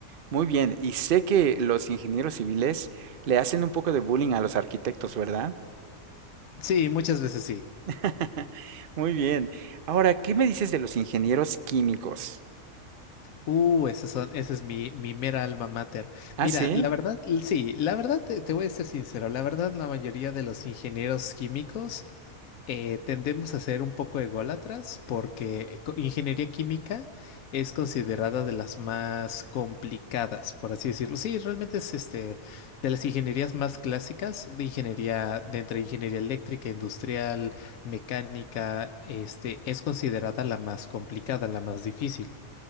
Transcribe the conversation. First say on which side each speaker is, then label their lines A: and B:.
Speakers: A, on the right; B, on the left.
A: muy bien. Y sé que los ingenieros civiles le hacen un poco de bullying a los arquitectos, ¿verdad?
B: Sí, muchas veces sí.
A: <laughs> Muy bien. Ahora, ¿qué me dices de los ingenieros químicos?
B: Uh, ese, son, ese es mi, mi mera alma mater.
A: Ah,
B: Mira,
A: sí.
B: la verdad, l- sí, la verdad, te, te voy a ser sincero, la verdad, la mayoría de los ingenieros químicos eh, tendemos a ser un poco ególatras porque co- ingeniería química es considerada de las más complicadas, por así decirlo. Sí, realmente es este, de las ingenierías más clásicas, de ingeniería, de entre ingeniería eléctrica, industrial, mecánica, este, es considerada la más complicada, la más difícil.